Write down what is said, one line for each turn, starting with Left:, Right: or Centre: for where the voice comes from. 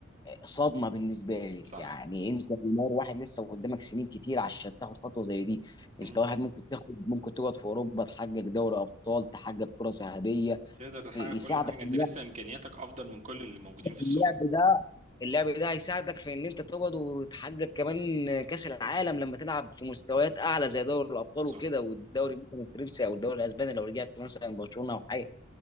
Left: صدمه بالنسبه لي
Right: صح
Left: يعني انت نيمار واحد لسه قدامك سنين كتير عشان تاخد خطوه زي دي
Right: مم.
Left: انت واحد ممكن تاخد ممكن تقعد في اوروبا تحقق دوري ابطال تحقق كره ذهبيه
Right: تقدر تحقق
Left: يساعدك
Right: كل حاجه انت
Left: اللاعب
Right: لسه امكانياتك افضل من كل اللي موجودين في السوق
Left: اللاعب ده اللعب ده هيساعدك في ان انت تقعد وتحقق كمان كاس العالم لما تلعب في مستويات اعلى زي دوري الابطال
Right: صح
Left: وكده والدوري مثلا الفرنسي او الدوري الاسباني لو رجعت مثلا برشلونه او حاجه